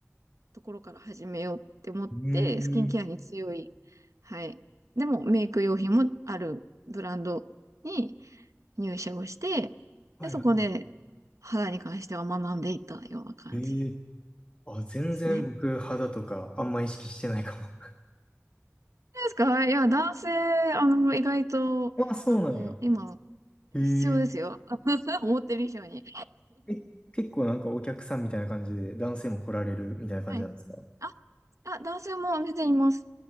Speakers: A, on the right; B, on the left.
A: ところから始めようって思って、
B: うーん。
A: スキンケアに強い、はい。でもメイク用品もあるブランドに入社をして、
B: はいは
A: で、そこで肌に関しては学んでいったような感じで
B: い。ええ。あ、全然僕肌とかあんま意識してないかも。
A: すね。ど
B: <laughs>
A: うですかいや、男性、あの、意外と、
B: ああ、そうなんや。
A: あの、今、
B: へえ。
A: 必要ですよ。<laughs> 思ってる以上に。
B: え、結構なんかお客さんみたいな感じで男性も来られるみたいな感じなんですか
A: はい。あ、あ、男性も全然います。